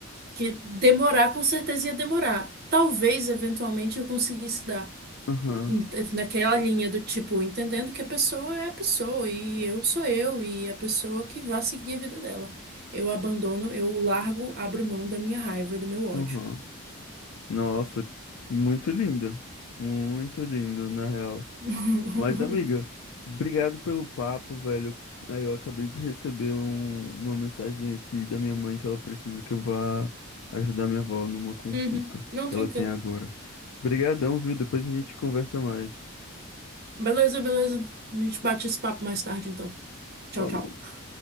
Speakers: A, on the right; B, on the left.
A: que demorar, com certeza ia demorar. Talvez, eventualmente, eu conseguisse dar
B: aham,
A: em- naquela linha do tipo, entendendo que a pessoa é a pessoa e eu sou eu e a pessoa que vai seguir a vida dela. Eu abandono, eu largo, abro mão da minha raiva e do meu ódio.
B: aham. Nossa, muito lindo. Muito lindo, na real.
A: <laughs>
B: Mas, amiga, obrigado pelo papo, velho. É, Eu acabei de receber um- uma mensagem aqui da minha mãe que ela precisa que eu vá ajudar minha avó numa consulta
A: Uhum. Não,
B: que
A: tranquilo.
B: ela tem agora. Obrigadão, viu? Depois a gente conversa mais.
A: Beleza, beleza. A gente bate esse papo mais tarde, então. Tchau,
B: Falou.
A: tchau.